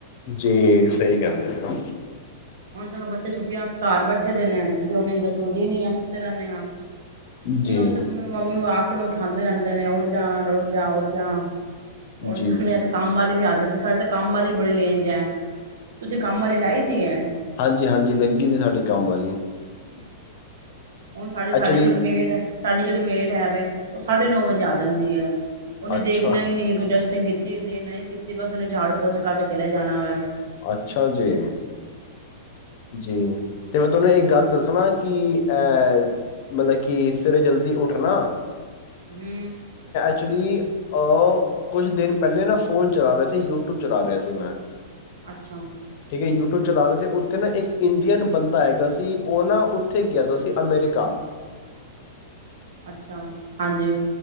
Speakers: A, on the left; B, on the right.
A: ਜੀ ਸਹੀ ਗੱਲ ਹੈ।
B: ਹੁਨ ਸਗੋਂ ਬੱਚੇ ਛੁਟ <unintelligible> ਘਰ ਬੈਠੇ ਦੇ ਨੇ ਤੇ ਉਹ ਨੀਂਦਰ ਖੁੱਲਦੀ ਨੀ ਹੈ। ਸੁੱਤੇ ਰਹਿਨੇ ਹਾਂ।
A: ਜੀ
B: ਨਹੀਂ ਉੰਜ ਤੇ ਮੰਮੀ ਮੰਮੀ ਉਹ ਆਪ ਉਠਾਦੇ ਰਹਿੰਦੇ ਨੇ ਉੱਠ ਜਾ ਹੁਣ ਉੱਠ ਜਾ, ਉੱਠ ਜਾ। ਉੱਠ
A: ਜੀ
B: ਜਾਂਦੇ ਆ ਤੇ ਕੰਮ ਵਾਲੀ ਵੀ ਆ ਸਾਡੀ ਤਾਂ ਕੰਮ ਵਾਲੀ ਬੜੀ ਲੇਂਜ ਐ। ਤੁਸੀਂ ਕੰਮ ਵਾਲੀ ਲਾਈ ਦੀ ਏ।
A: ਹਾਂਜੀ-ਹਾਂਜੀ ਲੱਗੀ ਦੀ ਸਾਡੀ ਕੰਮ ਵਾਲੀ।
B: <inaudible> ਹੁਣ ਸਾਡੇ ਸਾਡੀੇ
A: ਐਕਚੁਲੀ
B: ਜੋ ਮੇਡ ਐ ਸਾਡੀ ਜਿਹੜੀ ਮੇਡ ਹੈ ਵੇ ਉਹ ਸਾਢੇ ਨੌ ਵਜੇ ਆ ਜਾਂਦੀ ਏ ਉਹਨੇ
A: ਅੱਛਾ,
B: ਦੇਖਣਾ ਹੀ ਨਹੀਂ ਕੋਈ ਡਸਟ ਕੀਤੀ ਦੀ ਨਹੀਂ ਕੀਤੀ ਬਸ ਝਾੜੂ-ਪੋਚਾ ਕਰਕੇ ਚਲੇ ਜਾਣਾ ਵੇ।
A: ਅੱਛਾ ਜੀ। ਜੀ ਤੇ ਮੈਂ ਤੁਹਾਨੂੰ ਇੱਕ ਗੱਲ ਦੱਸਣਾ ਕਿ ਐ ਮਤਲਬ ਕਿ ਸਵੇਰੇ ਜਲਦੀ ਉੱਠਨਾ
B: ਹੂੰ
A: ਐਕਚੁਲੀ ਆ ਕੁਛ ਦਿਨ ਪਹਿਲੇ ਨਾ ਫੋਨ ਚਲਾ ਰਿਹਾ ਸੀ ਯੂਟਿਊਬ ਚਲਾ ਰਹਾ ਸੀ ਮੈਂ।
B: ਅੱਛਾ।
A: ਕਿ ਯੂਟਿਊਬ ਚਲਾ ਰਿਹਾ ਸੀ ਉੱੱਚ ਉੱਥੇ ਨਾ ਇੱਕ ਇੰਡੀਅਨ ਬੰਦਾ ਹੈਗਾ ਸੀ ਉਹ ਨਾ ਉੱਥੇ ਗਿਆ ਦਾ ਸੀ ਅਮੈਰਿਕਾ।
B: ਅੱਛਾ ਹਾਂਜੀ